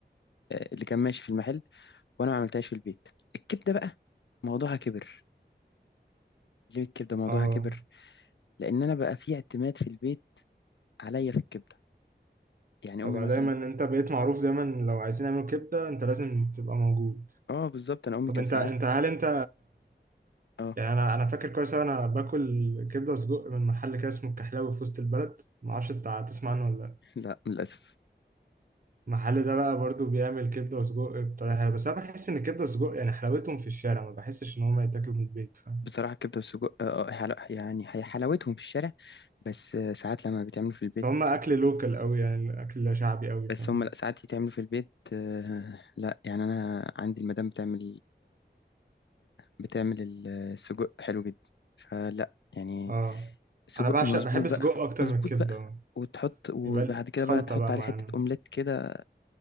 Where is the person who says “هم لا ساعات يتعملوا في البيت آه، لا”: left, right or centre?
Left